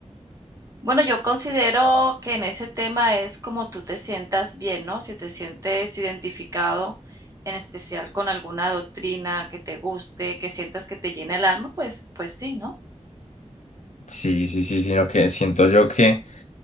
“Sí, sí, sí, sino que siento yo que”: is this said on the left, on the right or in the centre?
Left